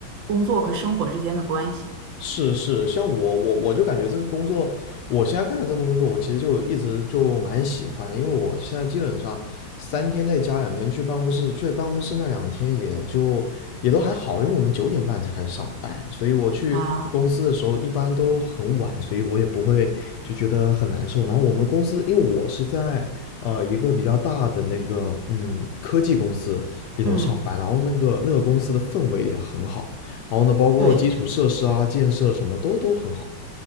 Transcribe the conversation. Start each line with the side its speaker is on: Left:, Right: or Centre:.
Right: 工作和生活之间的关系
Left: 是是，像我我我就感觉这个工作，我现在干的这份工作，我其实就一直就蛮喜欢的，因为我现在基本上三天在家，两天去办公室，去办公室那两天也就也都还好，因为我们九点半才开始上班，所以我去公司的时候一般都很晚，
Right: 啊。
Left: 所以我也不会就觉得很难受。然后我们公司，因为我是在呃一个比较大的那个嗯科技公司里头上班，
Right: 嗯，
Left: 然后那个那个公司的氛围也很好。然后呢，包括基础设施啊、
Right: 对。
Left: 建设什么都都很好。